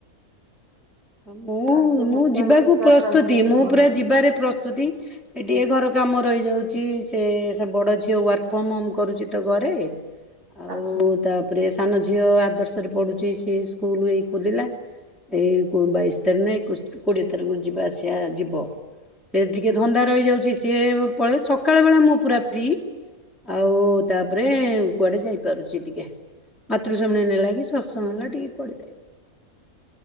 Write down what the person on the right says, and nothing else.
ତାର ସେ
ଲେଖା
ଲେଖି ତାର
ଚାଲିଥିବ ସବୁବେଳେ
ଆଚ୍ଛା।
ଆଚ୍ଛା